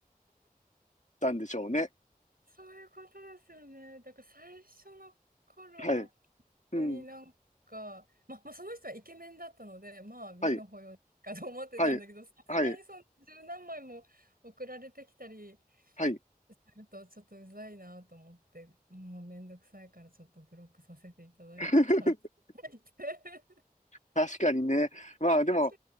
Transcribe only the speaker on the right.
そういうことですよね。だから最初の頃は本
当になんか、まあ、まあその人はイケメンだったので、まあ目の保養かと思ってたんだけど、
さすがにその十何枚も送られてきたり
するとちょっとうざいなと思って、もうめんどくさいからちょっとブロックさせていただいた。
<laughs>
面白